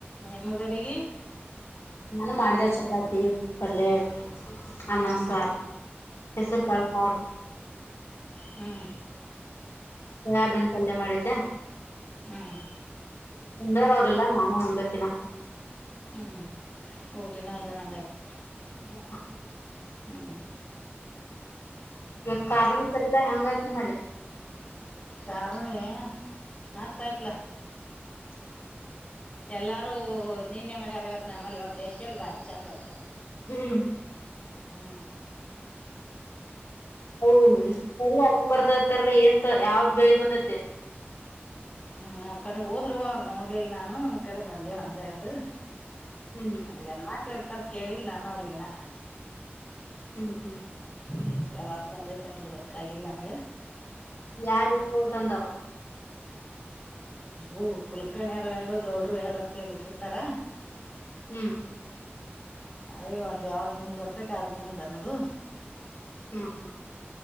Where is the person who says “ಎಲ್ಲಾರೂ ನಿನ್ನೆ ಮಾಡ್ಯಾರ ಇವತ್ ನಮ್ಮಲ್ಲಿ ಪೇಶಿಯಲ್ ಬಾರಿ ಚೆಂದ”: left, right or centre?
Left